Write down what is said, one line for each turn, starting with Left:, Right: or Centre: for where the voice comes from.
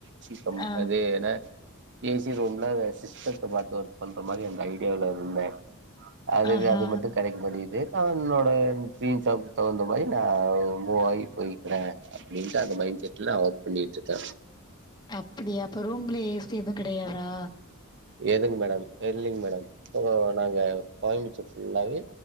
Right: சம்
Left: ஆ
Right: அது என்ன ஏசி ரூம்ல சிஸ்டத்த பாத்து ஒர்க் பண்ற மாரி அந்த ஐடியாவுல இருந்தே ஆ அதுகு
Left: ஆஹா
Right: அது மட்டு கடைக் மாட்டீங்குது கவ்ர்மெண்ட் ரோடே சீன்சாவுக் தகுந்த மாரி நா மூவ் ஆகி போயிக்றே அப்டின்ட்டு அந்த மைண்ட செட்ல நா ஒர்க் பண்ணிட்ருக்கே
Left: அப்புடியா அப்ப ரூம்ல ஏசி எதும் கெடையாதா
Right: எதுங் மேடம் இல்லிங் மேடம் இப்போ நாங்க கோயம்பிச்சு ஃபுல்லாவே